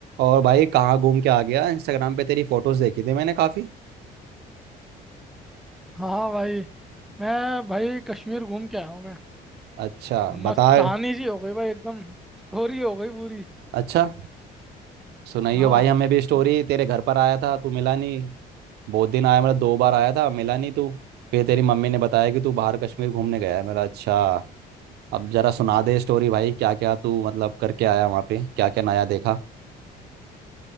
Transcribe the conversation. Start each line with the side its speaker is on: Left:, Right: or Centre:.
Right: और भाई कहाँ घूम के आ गया इंस्टाग्राम पे तेरी फोटोज देखी थी मैंने काफी
Centre: हाँ भाई मैं भाई कश्मीर घूम के आया हूँ मैं
Right: अच्छा
Centre: मस्त
Right: बता
Centre: कहानी जी हो गई भाई एकदम स्टोरी हो गई पूरी
Right: अच्छा सुनाइयो
Centre: हाँ
Right: भाई हमें भी स्टोरी
Centre: म,
Right: तेरे घर पर आया था तू मिला नहीं बहुत दिन आया मतलब दो बार आया था मिला नहीं तू फिर तेरी मम्मी ने बताया कि तू बाहर कश्मीर घूमने गया है मेरा अच्छा अब जरा सुना दे स्टोरी भाई क्या क्या तू मतलब करके आया वहाँ पे क्या क्या नया देखा